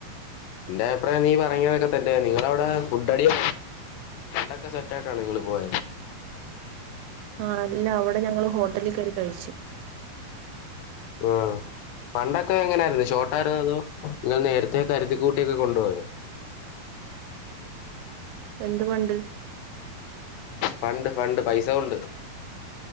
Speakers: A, on the left; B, on the right.
A: എന്റെ അഭിപ്രായം നീ പറഞ്ഞിയതൊക്കെ തന്നെ നിങ്ങളവിടെ ഫുഡ് അടിയ ഡോക്കെ സെറ്റ് ആയിട്ടാണോ നിങ്ങള് പോയെ?
B: ആഹ് അല്ല അവിടെ ഞങ്ങള് ഹോട്ടല്ല് കേറി കഴിച്ചു.
A: ആഹ്. പണ്ടൊക്കെ എങ്ങനെ ആയിരുന്നു ഷോട്ടായിരുന്നോ അതോ നിങ്ങൾ നേരത്തെ കരുതി കൂട്ടിക്കെ കൊണ്ടുപോയോ
B: എന്തുകൊണ്ട്?
A: ഫണ്ട് ഫണ്ട് പൈസ കൊണ്ട്.